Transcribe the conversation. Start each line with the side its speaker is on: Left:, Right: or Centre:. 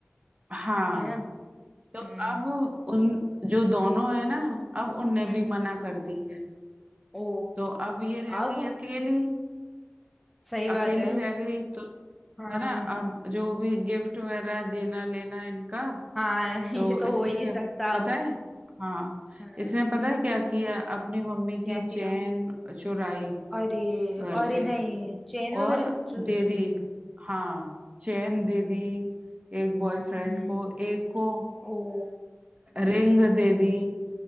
Right: हाँ
Centre: है ना
Right: तो
Centre: हम्म
Right: अब उन जो दोनों है ना अब उनने
Centre: हम्म
Right: भी
Centre: हम्म
Right: मना कर दी है
Centre: ओ
Right: तो अब ये रह
Centre: अब
Right: गई अकेली
Centre: सही
Right: अकेली
Centre: बात है
Right: रह गई तो
Centre: हाँ
Right: है ना अब जो भी गिफ्ट वगैरह देना लेना इनका
Centre: हाँ <laughs>
Right: तो
Centre: ये तो
Right: इसने
Centre: हो ही नहीं सकता
Right: पता
Centre: अब
Right: है हाँ
Centre: हाँ
Right: इसने पता है क्या किया अपनी मम्मी की
Centre: क्या किया
Right: चेन चुराई
Centre: अरे
Right: घर
Centre: अरे
Right: से
Centre: नहीं चेन वगैरह
Right: और
Centre: चूर
Right: दे दी हाँ चैन दे दी एक बॉयफ्रेंड
Centre: हम्म
Right: को एक को
Centre: ओ
Right: रिंग दे दी